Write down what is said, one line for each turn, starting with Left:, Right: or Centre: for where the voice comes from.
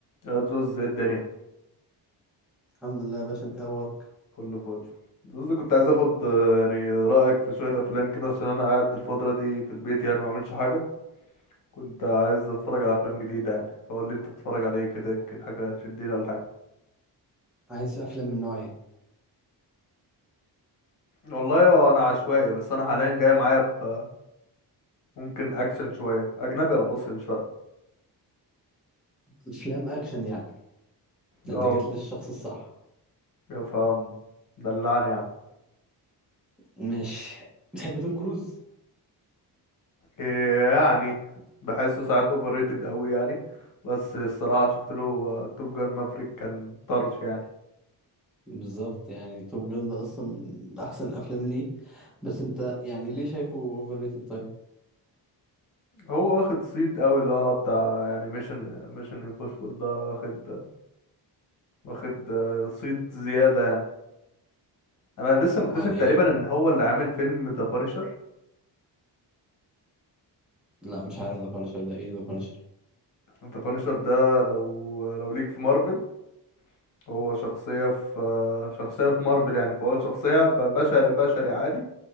Left: يا زوز ايه الدنيا
Centre: الحمد لله يا باشا انت اخبارك
Left: كله فل زوز كنت عايز اخد آه، يعني رأيك في شوية افلام كده عشان انا قاعد الفترة دي في البيت يعني ما عملش حاجة كنت عايز اتفرج على افلام جديدة يعني فقول لي انت بتتفرج على ايه كده يمكن حاجة تشدني ولا حاجة
Centre: عايز افلام من نوع ايه
Left: والله هو انا عشوائي بس انا حاليا جاي معايا ب ممكن اكشن شوية اجنبي او مصري مش فارقة
Centre: افلام اكشن يعني ده
Left: اه
Centre: انت جيت للشخص الصح
Left: يا فهم دلعني يا عم
Centre: ماشي بتحب توم كروز
Left: إيه يعني بحسه ساعات اوفر ريتد قوي يعني بس الصراحة شفت له توب جان مافريك كان طرش يعني
Centre: بالظبط يعني توم جان ده اصلا من احسن افلام ليه بس انت يعني ليه شايفه اوفر ريتد طيب
Left: هو واخد صيت قوي اللي هو بتاع يعني ميشن ميشن امبوسيبل ده واخد واخد آه، صيت زيادة يعني انا لسه
Centre: حرام
Left: مكتشف
Centre: عليك
Left: تقريبا ان هو اللي عامل فيلم ذا بانشر
Centre: لا مش عارف ذا بانشر ده ايه ذا بانشر
Left: ذا بانشر ده لو لو ليك في مارفل هو شخصية في آه، شخصية في مارفل يعني فهو شخصية ب- بشري بشري عادي